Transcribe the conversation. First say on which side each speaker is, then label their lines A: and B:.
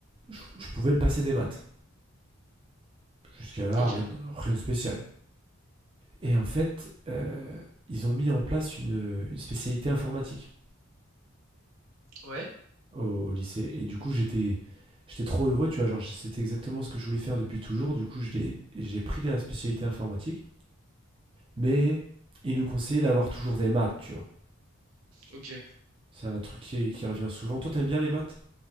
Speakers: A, on the right (about 25°); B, on the right (about 75°).
A: je- je pouvais me passer des maths. Jusqu'à là,
B: ok,
A: rien, de- rien de spécial. Et en fait, euh, ils ont mis en place une, une spécialité informatique
B: ouais,
A: au, au lycée. Et du coup, j'étais j'étais trop heureux. Tu vois, genre, c'était exactement ce que je voulais faire depuis toujours. Du coup, je l'ai- j'ai pris la spécialité informatique. Mais ils nous conseillaient d'avoir toujours des maths, tu vois.
B: ok.
A: C'est un truc qui, qui revient souvent. Toi, t'aimes bien les maths